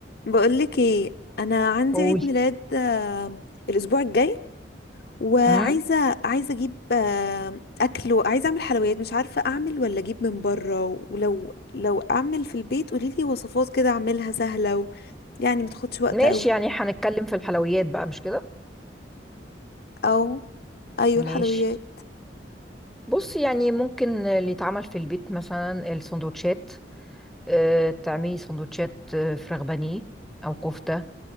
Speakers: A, on the left; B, in the centre.
A: بقولك ايه انا عندي
B: قول
A: عيد ميلاد آه، الاسبوع الجاي وعايزه
B: امم
A: عايزه اجيب آه، اكل وعايزه اعمل حلويات مش عارفه اعمل ولا اجيب من بره ولو لو اعمل في البيت قوليلي وصفات كده اعملها سهله و... يعني ما تاخدش وقت
B: ماشي
A: قوي
B: يعني هنتكلم في الحلويات بقى مش كده
A: او ايوه الحلويات
B: ماشي بص يعني ممكن اللي يتعمل في البيت مثلا السندوتشات اه تعملي سندوتشات آه، فراخ بانيه او كفتة